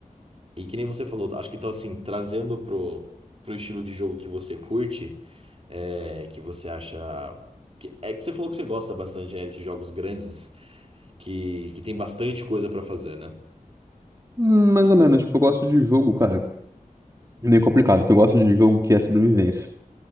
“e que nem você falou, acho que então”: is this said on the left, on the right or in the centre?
Right